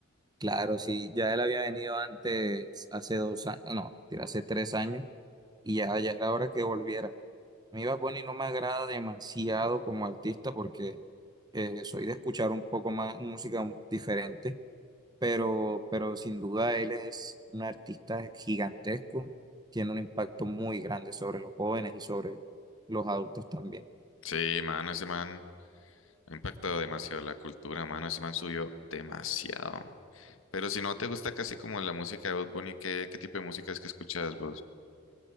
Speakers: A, on the right; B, on the left.
A: claro, sí, ya él había venido antes, hace dos años, no, mentira, hace tres años, y ya, ya era hora que volviera. A mí Bad Bunny no me agrada demasiado como artista porque eh, soy de escuchar un poco más música un- diferente, pero, pero sin duda él es un artista gigantesco, tiene un impacto muy grande sobre los jóvenes y sobre los adultos también.
B: Sí, mano, ese man ha impactado demasiado la cultura, mano. Ese man subió demasiado. Pero si no te gusta casi como la música de Bad Bunny, ¿qué, qué tipo de música es que escuchas vos?